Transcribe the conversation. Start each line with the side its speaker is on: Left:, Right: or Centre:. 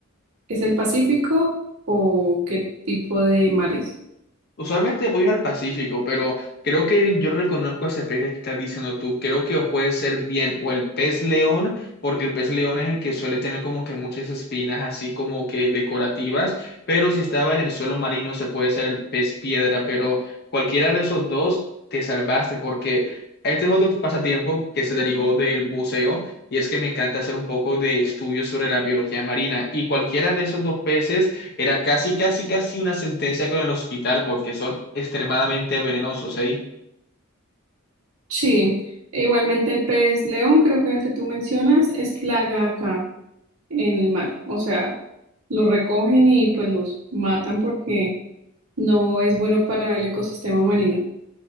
Right: es el Pacífico o qué tipo de mares?
Left: Usualmente voy al Pacífico, pero creo que yo reconozco ese pez que estás diciendo tú. Creo que o puede ser bien o el pez león, porque el pez león es el que suele tener como que muchas espinas así como que decorativas, pero si estaba en el suelo marino se puede ser el pez piedra, pero cualquiera de esos dos te salvaste porque este es otro pasatiempo que se derivó del buceo y es que me encanta hacer un poco de estudio sobre la biología marina y cualquiera de esos dos peces era casi, casi, casi una sentencia con el hospital porque son extremadamente venenosos, ¿eh?
Right: Sí, e igualmente el pez león, creo que el que tú mencionas, es plaga acá en el mar. O sea, los recogen y pues los matan porque no es bueno para el ecosistema marino.